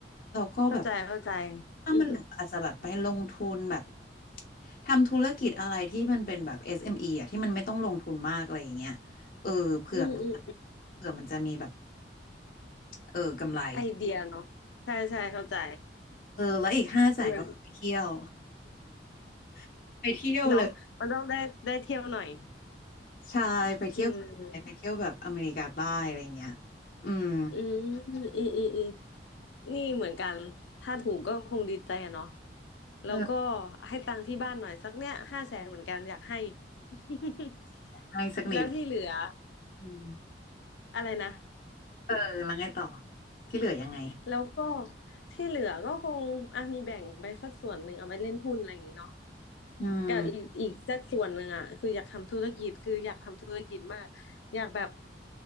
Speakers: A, on the left (about 50°); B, on the left (about 80°).
A: เราก็แบบ
B: เข้าใจเข้าใจ
A: ถ้ามันเหลืออาจจะแบบไปลงทุนแบบ
B: อืม
A: ทำธุรกิจอะไรที่มันเป็นแบบ SME อสเอ็มอีอ่ะที่มันไม่ต้องลงทุนมากอะไรอย่างเงี้ยเออเผื่อมัน
B: อืมอืม
A: เผื่อมันจะมีแบบเออกำไร
B: ไอเดียเนาะใช่ใช่เข้าใจ
A: เออแล้วอีกห้าแสนก็ไปเที่ยว
B: เหมือน
A: <laughs> ไปเที่ยวเลย
B: เนาะมันต้องได้ได้เที่ยวหน่อย
A: ใช่ไปเที่ยว
B: อืม
A: ไปเที่ยวแบบอเมริกาใต้อะไรอย่างเงี้ยอืม
B: อืมอืมอืมอืมนี่เหมือนกันถ้าถูกก็คงดีใจอะเนาะแล้วก็
A: เออ
B: ให้ตังค์ที่บ้านหน่อยสักเนี้ยห้าแสนเหมือนกันอยากให้ <laughs>
A: ให้สักนิด
B: แล้วที่เหลือ
A: อืม
B: อะไรนะ
A: เออแล้วไงต่อที่เหลือยังไง
B: แล้วก็ที่เหลือก็คงอ่ะมีแบ่งไปสักส่วนหนึ่งเอาไปเล่นหุ้นอะไรอย่างงี้เนาะ
A: อืม
B: กับอีกอีกสักส่วนหนึ่งอ่ะคืออยากทำธุรกิจคืออยากทำธุรกิจมากอยากแบบ